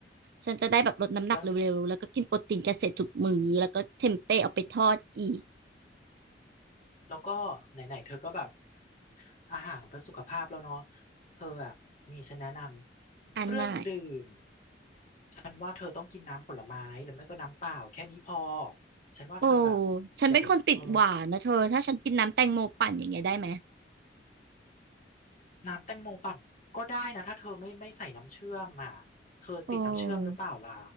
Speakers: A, on the right; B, on the left.
A: ฉันจะได้แบบลดน้ำหนักเร็วๆแล้วก็กินโปรตีนเกษตรทุกมื้อแล้วก็เทมเป้เอาไปทอดอีก
B: แล้ว แล้วก็ไหนๆเธอก็แบบอาหารเพื่อสุขภาพแล้วเนาะเธออ่ะนี่ฉันแนะนำเครื่องดื่ม
A: อันไหน
B: ฉันว่าเธอต้องกินน้ำผลไม้หรือไม่ก็น้ำเปล่าแค่นี้พอฉันว่าเธออ่ะ
A: โอ้ฉันเป็นคนติดหวานนะเธอ
B: อย่าไปเออ
A: ถ้าฉันกินน้ำแตงโมปั่นอย่างเงี้ยได้ไหม
B: น้ำแตงโมปั่นก็ได้นะถ้าเธอไม่ไม่ใส่น้ำเชื่อมอ่ะเธอติดน้ำเชื่อมหรือเปล่าล่ะ
A: โอ้